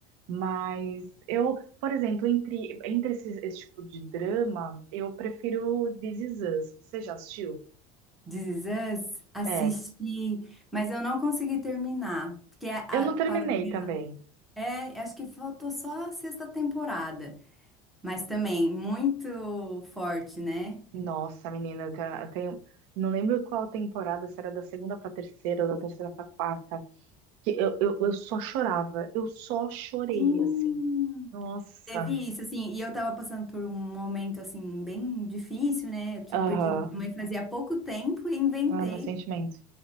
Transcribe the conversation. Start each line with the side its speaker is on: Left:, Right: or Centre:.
Right: mas eu, por exemplo, entre, entre esses- esse tipo de drama, eu prefiro This Is Us. Você já assistiu?
Centre: This Is Us, assisti,
Right: É.
Centre: mas eu não consegui terminar, porque a,
Right: Eu não
Centre: a- parou...
Right: terminei também.
Centre: É, acho que faltou só a sexta temporada. Mas também muito forte, né?
Right: Nossa, menina, eu te- eu tenho. Não lembro qual temporada, se era da segunda pra terceira ou da terceira pra quarta, que eu, eu, eu só chorava, eu só chorei,
Centre: Sim.
Right: assim. Nossa.
Centre: Teve isso, assim, e eu tava passando por um momento, assim, bem difícil, né? Eu tinha
Right: Aham.
Centre: perdido minha mãe fazia pouco tempo e inventei
Right: Ah, meu sentimento.